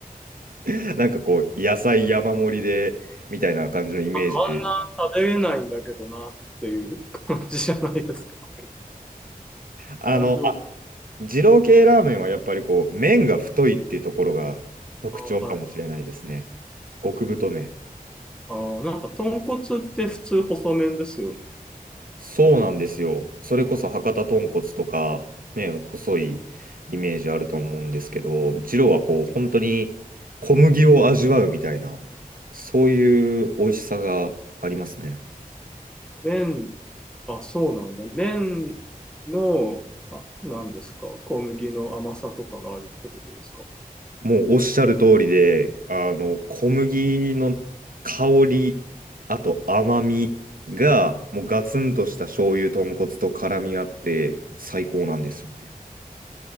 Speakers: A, on the right; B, in the centre.
A: <laughs> なんかこう、野菜山盛りで、みたいな感じのイメージで。
B: ああんな食べれないんだけどなっていう感じじゃないですか。<laughs>
A: あの、
B: 大丈夫。
A: あ、二郎系ラーメンはやっぱりこう、麺が太いっていうところが特徴かもしれないですね。
B: あ、はい。
A: 極太麺。
B: あー、なんか豚骨って普通細麺ですよね。
A: そうなんですよ。それこそ博多豚骨とか、ね、細いイメージあると思うんですけど、二郎はこう、本当に小麦を味わうみたいな、そういう美味しさがありますね。
B: 麺、あ、そうなんだ。麺の、あ、なんですか、小麦の甘さとかがあるってことですか。
A: もうおっしゃる通りで、あの、小麦の香り、あと甘みが、もうガツンとした醤油豚骨と絡み合って、最高なんですよね。